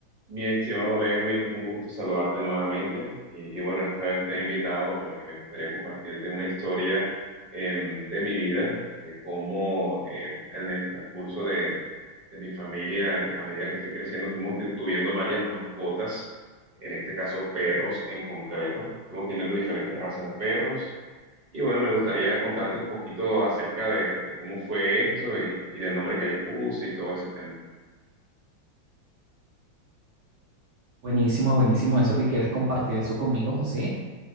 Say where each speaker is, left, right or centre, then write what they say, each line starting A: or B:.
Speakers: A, on the right (about 40°); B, on the right (about 70°).
A: Mi estimado Lewin, un gusto saludarte nuevamente. Y, y bueno, esta vez te he invitado porque me gustaría compartirte una historia em, de mi vida, de cómo em, en el transcurso de, de mi familia, eh, a medida que fui creciendo, fuimos tu- tuviendo varias mascotas, en este caso perros en concreto. Fuimos teniendo diferentes razas de perros. Y bueno, me gustaría contarte un poquito acerca de, de cómo fue esto y, y del nombre que les puse y todo ese tema.
B: Buenísimo, buenísimo eso que quieras compartir eso conmigo, José,